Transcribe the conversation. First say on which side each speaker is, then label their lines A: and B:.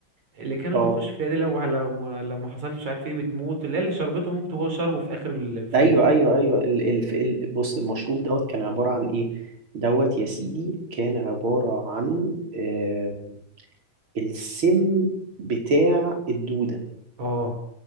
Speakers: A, on the right (about 50°); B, on the right (about 35°).
A: اللي كانوا
B: آه
A: بيخشوا فيها دي لو لو ما لو ما حصلش مش عارف ايه بتموت اللي هي اللي شربته مامته وهو شربه في آخر الفيلم
B: أيوه أيوه أيوه ال ال ال بص المشروب دوت كان عبارة عن إيه؟ دوت يا سيدي كان عبارة عن آه السم بتاع الدودة
A: اه